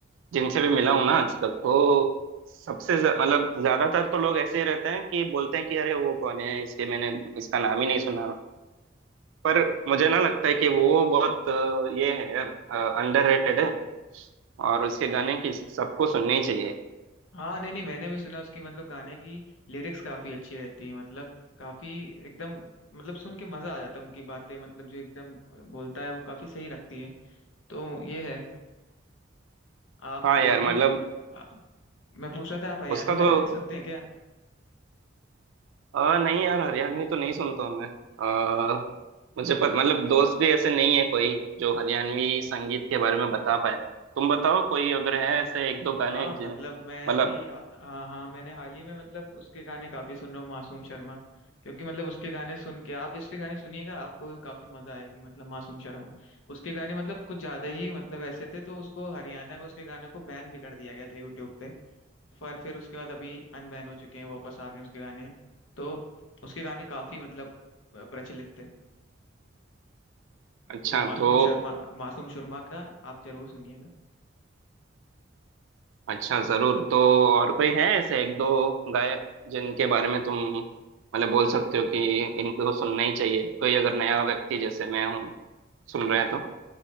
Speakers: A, on the right; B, on the left.
A: जिनसे भी मिला हूं ना आज तक तो सबसे ज- मतलब ज्यादातर तो लोग ऐसे ही रहते हैं कि बोलते हैं कि अरे वो कौन है इसके मैंने इसका नाम ही नहीं सुना पर मुझे ना लगता है कि वो बहुत अ, ये है यार अंडररेटेड है और उसके गाने की सबको सुनने ही चाहिए
B: हाँ नहीं नहीं मैंने भी सुना उसकी मतलब गाने की लिरिक्स काफी अच्छी रहती है मतलब काफी एकदम मतलब सुन के मजा आ जाता है उनकी बातें मतलब जो एकदम बोलता है वो काफी सही लगती है तो ये है आप
A: हाँ
B: हरियाणवी
A: यार मतलब
B: आ- मैं पूछ रहा था आप हरियाणवी
A: उसका
B: गाने
A: तो
B: नहीं सुनते हैं क्या
A: अ, नहीं यार हरियाणवी तो नहीं सुनता हूँ मैं अ, मुझे पत, मतलब दोस्त भी ऐसे नहीं है कोई जो हरियाणवी संगीत के बारे में बता पाए तुम बताओ कोई अगर है ऐसे एक दो गाने
B: हाँ
A: जो-
B: मतलब मैं
A: मतलब
B: अभी हाँ हाँ मैंने हाल ही में मतलब उसके गाने काफी सुन रहा हूँ मासूम शर्मा क्योंकि मतलब उसके गाने सुन के आप इसके गाने सुनिएगा आपको भी काफी मजा आएगी मतलब मासूम शर्मा उसके गाने मतलब कुछ ज्यादा ही मतलब ऐसे थे तो उसको हरियाणा में उसके गाने को बैन भी कर दिया गया था यूट्यूब पे पर फिर उसके बाद अभी अनबैन हो चुके हैं वापस आ गए हैं उसके गाने तो उसके गाने काफी मतलब प्रचलित थे
A: अच्छा
B: तो मासूम
A: तो
B: शर्मा मासूम शर्मा का आप जरूर सुनिएगा
A: अच्छा जरूर तो और कोई है ऐसे एक दो गायक जिनके बारे में तुम मतलब बोल सकते हो कि इनको सुनना ही चाहिए कोई अगर नया व्यक्ति जैसे मैं हूँ सुन रहे हैं तो